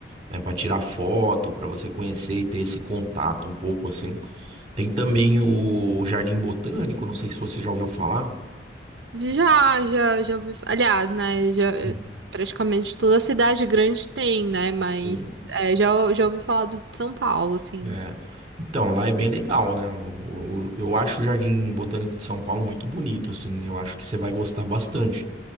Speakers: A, on the right (about 30°); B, on the right (about 85°).
A: né, para tirar foto, para você conhecer e ter esse contato um pouco assim. Tem também o Jardim Botânico, não sei se você já ouviu falar.
B: Já, já, já ouvi. Aliás, né, já, eh,
A: Hum,
B: praticamente toda cidade grande tem, né, mas
A: Sim.
B: é, já, já ouvi falar do de São Paulo, assim.
A: É. É, então, lá é bem legal, né? O- o- Eu, acho o Jardim Botânico de São Paulo muito bonito, assim, eu acho que você vai gostar bastante,